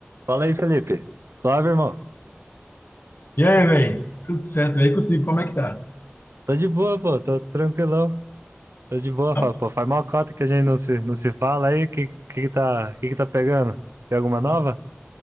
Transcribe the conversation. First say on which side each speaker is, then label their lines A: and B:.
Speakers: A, on the right; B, on the left.
A: Fala aí, Felipe. Suave, irmão.
B: E aí, velho? Tudo certo, velho? Contigo, como é que tá?
A: Tô de boa, pô. Tô tranquilão. Tô de boa. Fa-
B: Ra-
A: Pô, faz mó cota que a gente não se, não se fala aí. Que, que que tá, que que tá pegando? Tem alguma nova?
B: ra-